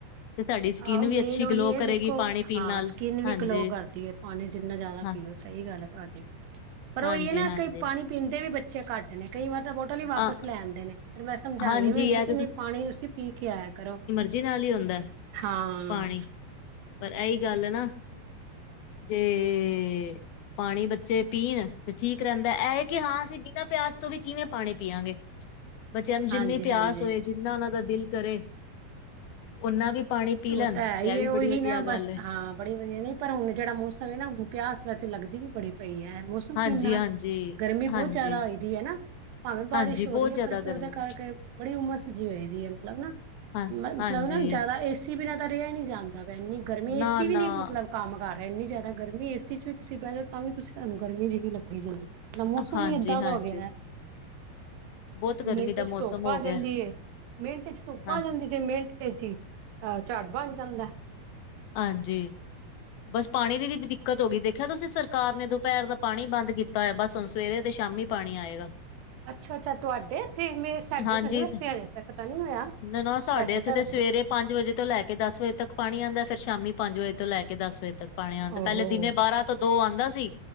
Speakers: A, on the left; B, on the right.
A: ਤੇ ਸਾਡੀ ਸਕਿੰਨ
B: ਆਹੋ ਮੇਨ
A: ਵੀ ਅੱਛੀ
B: ਉਹੀ
A: ਗਲੋ
B: ਹੈ
A: ਕਰੇਗੀ,
B: ਦੇਖੋ
A: ਪਾਣੀ-ਪੀਣ
B: ਹਾਂ
A: ਨਾਲ
B: ਸਕਿੰਨ ਵੀ
A: ਹਾਂਜੀ।
B: ਗਲੋ ਕਰਦੀ ਹੈ ਪਾਣੀ ਜਿੰਨਾ ਜ਼ਿਆਦਾ
A: ਹਾਂ
B: ਪੀਓ, ਸਹੀ ਗੱਲ ਹੈ ਤੁਹਾਡੀ ਪਰ
A: ਹਾਂਜੀ
B: ਉਹੀ ਹੈ, ਨਾ
A: ਹਾਂਜੀ
B: ਕਿ ਪਾਣੀ ਪੀਂਦੇ ਵੀ ਬੱਚੇ ਘੱਟ ਨੇ ਕਈ ਵਾਰ ਤਾਂ ਬੋਟਲ ਹੀ ਵਾਪਸ
A: ਅ
B: ਲੈ ਆਂਦੇ ਨੇ, ਫਿਰ ਮੈਂ ਸਮਝਾਉਂਦੀ
A: ਹਾਂਜੀ
B: ਵੀ ਹੁੰਦੀ
A: ਇਹ
B: ਹਾਂ, ਕੀ ਨਹੀਂ ਪਾਣੀ ਤੁਸੀਂ ਪੀ ਕੇ ਆਇਆ ਕਰੋ।
A: ਜਿਨਾ ਨਾਲ ਹੀ ਹੁੰਦਾ,
B: ਹਾਂ
A: ਪਾਣੀ ਪਰ ਇਹੀ ਗੱਲ ਨਾ, ਜੇ ਪਾਣੀ ਬੱਚੇ ਪੀਣ ਤੇ ਠੀਕ ਰਹਿੰਦਾ, ਇਹ ਕਿ ਹਾਂ ਅਸੀਂ ਬਿਨਾਂ ਪਿਆਸ ਤੋਂ ਵੀ ਕਿਵੇਂ ਪਾਣੀ ਪੀਆਗੇ, ਬੱਚਿਆਂ ਨੂੰ ਜਿੰਨੀ
B: ਹਾਂਜੀ-ਹਾਂਜੀ
A: ਪਿਆਸ ਹੋਏ, ਜਿੰਨਾ ਉਹਨਾਂ ਦਾ ਦਿਲ ਕਰੇ। ਓਨਾ ਵੀ ਪਾਣੀ, ਪੀ ਲੈਣ
B: ਉਹ ਤਾਂ ਹੈ
A: ਤੇ
B: ਹੀ,
A: ਇਹ ਵੀ
B: ਉਹੀ
A: ਬੜੀ ਵਧੀਆ
B: ਨਾ
A: ਗੱਲ
B: ਬਸ
A: ਹੈ
B: ਹਾਂ ਬੜੀ ਵਧੀਆ ਨੇ, ਪਰ ਹੁਣ ਜਿਹੜਾ ਮੌਸਮ ਹੈ, ਨਾ ਹੁਣ ਪਿਆਸ ਵੈਸੇ ਲੱਗਦੀ ਵੀ ਬੜੀ ਪਈ ਹੈ, ਮੌਸਮ
A: ਹਾਂਜੀ
B: ਇੰਨਾ
A: ਹਾਂਜੀ
B: ਗਰਮੀ
A: ਹਾਂਜੀ
B: ਬਹੁਤ ਜ਼ਿਆਦਾ ਹੋਈ ਦੀ ਹੈ ਨਾ ਭਾਵੇਂ ਬਾਰਿਸ਼
A: ਹਾਂਜੀ
B: ਹੋ
A: ਬਹੁਤ
B: ਰਹੀ
A: ਜ਼ਿਆਦਾ
B: ਹੈ ਪਰ
A: ਗਰਮੀ
B: ਉਹਦੇ ਕਰਕੇ ਬੜੀ ਉਮਰ ਜੀ ਹੋਈ ਦੀ ਹੈ, ਮਤਲਬ ਨਾ
A: ਹਾਂ
B: ਮ ਮਤਲਬ,
A: ਹਾਂਜੀ
B: ਨਾ ਜ਼ਿਆਦਾ ਏਸੀ ਬਿਨਾਂ ਤਾਂ ਰਿਹਾ ਹੀ ਨਹੀਂ ਜਾਦਾ ਪਿਆ, ਇੰਨੀ ਗਰਮੀ
A: ਨਾ-ਨਾ,
B: ਏਸੀ ਵੀ ਨਹੀਂ ਮਤਲਬ ਕੰਮ ਕਰ ਰਿਹਾ, ਇੰਨੀ ਜ਼ਿਆਦਾ ਗਰਮੀ ਏਸੀ ਚ ਵੀ ਤੁਸੀਂ ਬਹਿ ਜਾਓ, ਤਾਂ ਵੀ ਤੁਸੀਂ ਸਾਨੂੰ ਗਰਮੀ ਜਿਹੀ ਲੱਗੀ ਜਾਂਦੀ। ਮੌਸਮ
A: ਹਾਂਜੀ-ਹਾਂਜੀ,
B: ਹੀ ਏਦਾਂ ਦਾ ਹੋ ਗਿਆ ਹੈ।
A: ਬਹੁਤ ਗਰਮੀ
B: ਮਿੰਟ
A: ਦਾ
B: ਚ
A: ਮੌਸਮ
B: ਧੁੱਪ
A: ਹੋ
B: ਆ
A: ਗਿਆ
B: ਜਾਂਦੀ ਏ ਮਿੰਟ ਚ ਧੁੱਪ
A: ਹਾਂ।
B: ਆ ਜਾਂਦੀ ਜੇ ਮਿੰਟ ਚ ਹੀ, ਅਹ ਝੜ ਬਣ ਜਾਂਦਾ ਐ।
A: ਹਾਂਜੀ, ਬਸ ਪਾਣੀ ਦੀ ਵੀ ਦਿੱਕਤ ਹੋ ਗਈ ਦੇਖਿਆ, ਤੁਸੀਂ ਸਰਕਾਰ ਨੇ ਦੁਪਹਿਰ ਦਾ ਪਾਣੀ ਬੰਦ ਕੀਤਾ। ਇਆ ਬਸ ਹੁਣ ਸਵੇਰੇ ਤੇ ਸ਼ਾਮੀ ਪਾਣੀ ਆਏਗਾ।
B: ਅੱਛਾ-ਅੱਛਾ, ਤੁਹਾਡੇ ਤੇ ਮੇ ਸਾਡੇ
A: ਹਾਂਜੀ
B: ਤਾਂ ਨੀ ਵੈਸੇ ਅਜੇ ਤੱਕ ਤਾਂ ਨਹੀਂ ਹੋਇਆ।
A: ਨਾ-ਨਾ ਸਾਡੇ ਇੱਥੇ
B: ਤਾਂ
A: ਤੇ
B: ਵੈਸੇ
A: ਸਵੇਰੇ ਪੰਜ-ਵਜੇ ਤੋਂ ਲੈ ਕੇ ਦਸ-ਵਜੇ ਤੱਕ ਪਾਣੀ ਆਉਂਦਾ, ਫੇਰ ਸ਼ਾਮੀ ਪੰਜ-ਵਜੇ ਤੋਂ ਲੈ ਕੇ ਦਸ-ਵਜੇ ਤੱਕ ਪਾਣੇ ਆਦੇ
B: ਓਹੋ
A: ਪਹਿਲੇ ਦਿਨੇ ਬਾਰਾਂ ਤੋਂ ਦੋ ਆਉਂਦਾ ਸੀ।